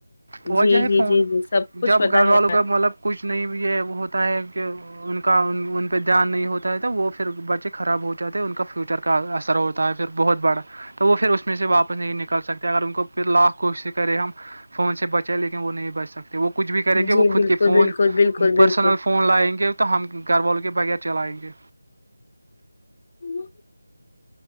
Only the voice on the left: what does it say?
جی
جی
جی جی سب کچھ
پتا
ہے
جی
بالکل
بالکل بالکل بالکل
ھمم